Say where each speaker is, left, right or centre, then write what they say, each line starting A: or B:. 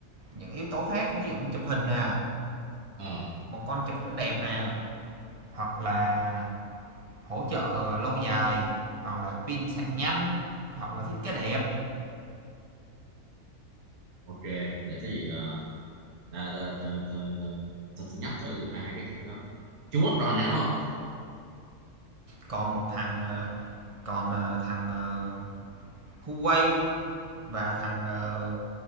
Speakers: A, on the right; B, on the right.
A: những yếu tố khác ví dụ như chụp hình nè
B: ờ
A: một con chụp ảnh đẹp nè hoặc là
B: ừ,
A: hỗ trợ lâu dài hoặc là pin sạc nhanh hoặc là thiết kế đẹp
B: ok để cái gì ờ, tao tao tao tao tao tao phải nhấp thử hai hai cái hãng đó Trung Quốc rồi nào đúng không
A: còn một thằng ờ, còn ờ, thằng ờ, Huawei và thằng ờ,